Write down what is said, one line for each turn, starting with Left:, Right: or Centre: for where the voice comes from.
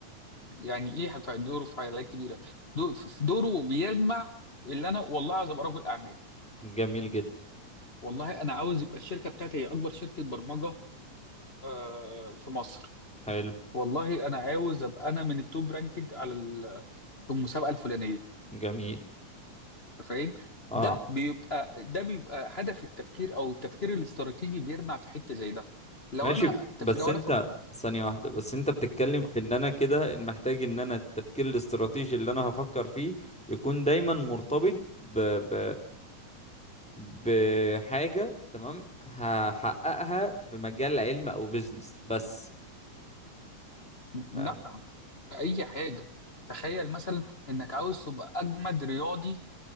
Left: يعني ايه ف- دوره في حاجات كبيره دو- في دوره بيجمع اللي انا والله عايز ابقى رجل اعمال
Centre: جميل جدا
Left: والله انا عاوز يبقى الشركه بتاعتي هي اكبر شركه برمجه آه، في مصر
Centre: حلو
Left: والله انا عاوز ابقى انا من التوب رانكد على ال- في المسابقه الفلانيه
Centre: جميل
Left: أنت فاهم
Centre: اه
Left: ده بيبقى ده بيبقى هدف التفكير او التفكير الاستراتيجي بيرمع في حته زي ده لو
Centre: ماشي
Left: انا
Centre: بس
Left: تف... لو
Centre: انت
Left: انا فك...
Centre: ثانية واحدة بس انت بتتكلم في ان انا كده محتاج ان انا التفكير الاستراتيجي اللي انا هفكر فيه يكون دايما مرتبط ب... ب... بحاجة تمام هحققها في مجال علم او بيزنس بس
Left: لا
Centre: فاهم
Left: في اي حاجه تخيل مثلا انك عاوز تبقى اجمد رياضي